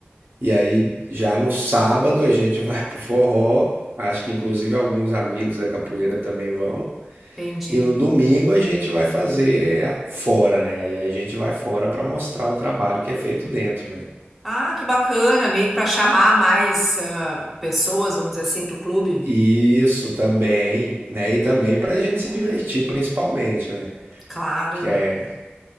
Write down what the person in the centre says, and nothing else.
entendi.
Ah, que bacana! Meio que para chamar mais ah, pessoas, vamos dizer assim, pro clube.
Claro.